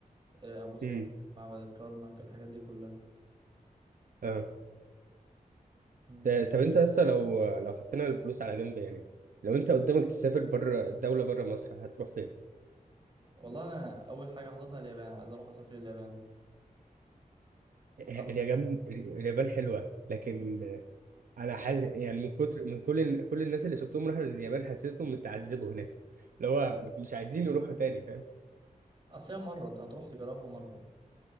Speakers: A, on the right (about 35°); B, on the right (about 70°).
A: آه، ابو سمبل
B: امم
A: معبد الكرنك الحاجات دي كلها
B: اه
A: مم.
B: ده- طب انت لسه لو لو حطينا الفلوس على جنب يعني لو انت قدامك تسافر بره الدوله بره مصر هتروح فين
A: والله انا اول حاجه حاططها اليابان عايز اروح اسافر اليابان
B: اليابان
A: تعرف-
B: اليابان حلوه لكن
A: مم.
B: انا حاسس يعني من كتر من كل ال- كل الناس اللي شفتهم راحوا اليابان حاسسهم متعذبوا هناك اللي هو مش عايزين يروحوا تاني فاهم
A: اصل هي مره انت هتروح تجربها مره